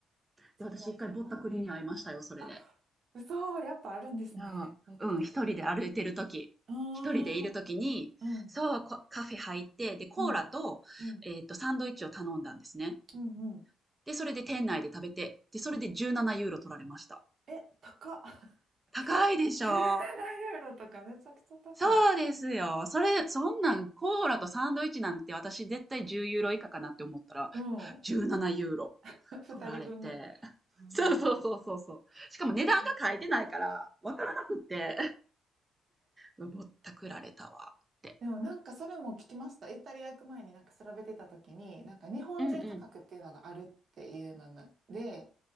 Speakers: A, on the right; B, on the right.
A: それわかんない。
B: で、私一回ぼったくりに会いましたよ、それで。
A: あ、嘘、やっぱあるんですね。
B: ああ、
A: ぼったくり。
B: うん、一人で歩いてるとき、
A: うー
B: 一人でいるときに、
A: ん。うん。
B: そう、こカフェ入って、で、コーラと、
A: うん。うん。うん。
B: えっと、サンドイッチを頼んだんですね。
A: うん
B: で、それで店内で食べて、で、それで17ユーロ取られました。
A: うんえ、高っ。<laughs>
B: 高いでしょ
A: 17ユーロとかめちゃくちゃ高い。
B: そうですよ。それ、そんなん、コーラとサンドイッチなんて私絶対10ユーロ以下かなって思ったら、
A: うん。
B: 17ユーロ
A: <laughs> 2人分ぐらい。
B: 取られて。<laughs> そうそうそうそうそう。
A: うわー。
B: しかも値段が書いてないから、
A: はい
B: わからなくって、うわぼったくられたわって。
A: <laughs> でもなんかそれも聞きました。イタリア行く前になんか調べてた時に、なんか日本人価格っていうのがあるっていうのなで、
B: うんうん。